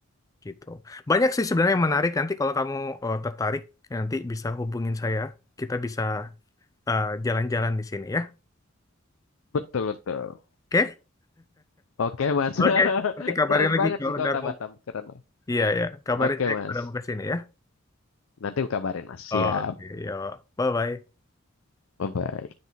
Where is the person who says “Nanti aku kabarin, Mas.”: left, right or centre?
Left